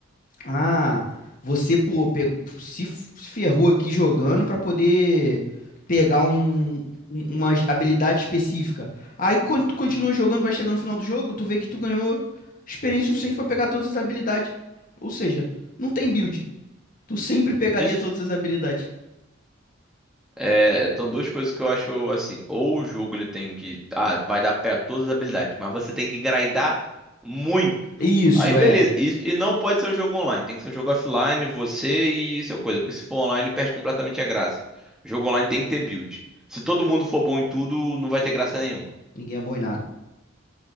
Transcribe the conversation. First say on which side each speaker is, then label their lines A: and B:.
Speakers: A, on the left (about 40°); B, in the centre.
A: ah, você, pô, pe- se f- se ferrou aqui jogando pra poder pegar um, um- uma habilidade específica. Aí quando tu continua jogando, vai chegando no final do jogo, tu vê que tu ganhou experiência suficiente pra pegar todas as habilidades. Ou seja, não tem build. Tu sempre pegaria
B: Isso.
A: todas as habilidades.
B: É, então duas coisas que eu acho assim. Ou o jogo ele tem que. Ah, vai dar pé a todas as habilidades, mas você tem que grindar muito.
A: Isso,
B: Aí beleza.
A: é.
B: E, e não pode ser um jogo online. Tem que ser um jogo offline, você e seu coisa. Porque se for online, perde completamente a graça. Jogo online tem que ter build. Se todo mundo for bom em tudo, não vai ter graça nenhuma.
A: Ninguém é bom em nada.